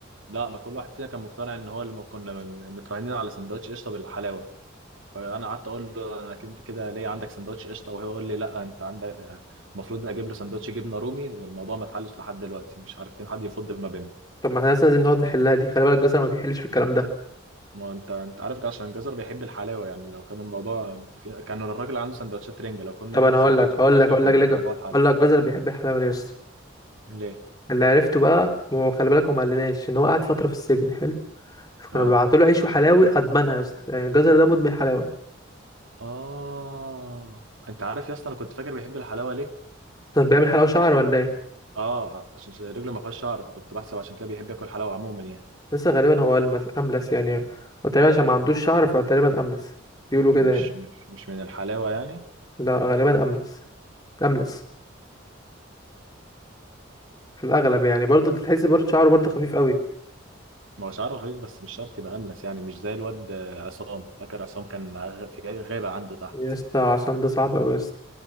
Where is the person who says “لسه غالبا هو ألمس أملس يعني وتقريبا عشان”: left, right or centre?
Left